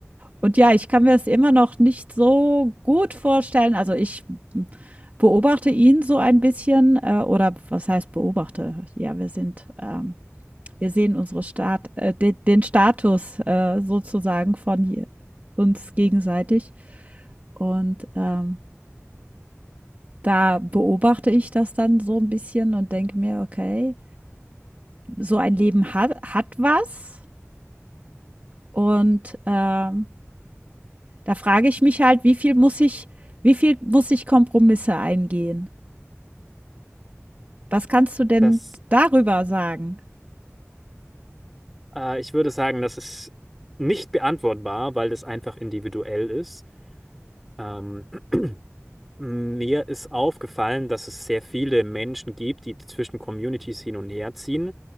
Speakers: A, on the right; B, in the centre.
A: Und ja, ich kann mir das immer noch nicht so gut vorstellen. Also, ich beobachte ihn so ein bisschen, äh, oder was heißt beobachte? Ja, wir sind, ähm Wir sehen unsere Stat äh, de den Status äh, sozusagen von uns gegenseitig. Und ähm, da beobachte ich das dann so ein bisschen und denke mir, okay, so ein Leben hat, hat was. Und ähm, da frage ich mich halt, wie viel muss ich, wie viel muss ich Kompromisse eingehen? Was kannst du denn
B: Das,
A: darüber sagen?
B: äh, ich würde sagen, das ist nicht beantwortbar, weil das einfach individuell ist. Ähm, <clears throat> mir ist aufgefallen, dass es sehr viele Menschen gibt, die zwischen Communities hin und her ziehen.